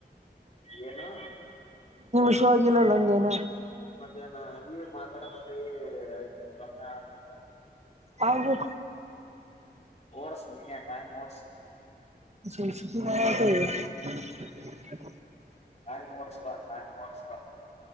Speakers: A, on the left; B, on the right.
A: ಹೆನೋ.
B: ಹುಷ ಆಗಿಲ್ಲಲ್ಲ ಹಂಗೇನು.
A: ಮತ್ತೆ ನ ಈಗ್ ಮಾತಾಡಕತ್ೆ ಸೊಮ್ಮೆ ಆಂತೆ.
B: ಹಾಗದು.
A: ಓಡ್ಸ್ ನೀನೆ ಟೈಮ ಓಡ್ಸ್.
B: ಸಸ್ವತಿ ಮಾ <unintelligible>
A: ನಿ ನೋಡಸಲ ನ ನೋಡ್ಸ.